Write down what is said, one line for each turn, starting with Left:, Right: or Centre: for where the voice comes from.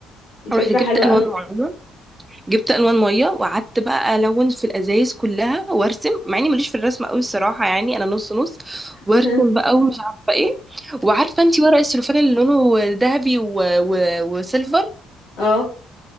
Left: دي فكرة
Right: رحت جبت
Left: حلوة
Right: الوان
Left: قوي
Right: معينه جبت الوان ميه وقعدت بقى الون في الازايز كلها وارسم مع اني ماليش في الرسم قوي الصراحه يعني انا نص نص
Left: <laughs>
Right: وارسم بقى ومش عارفه ايه وعارفه انت ورق السلوفان اللي لونه ذهبي و... و... وسيلفر
Left: اه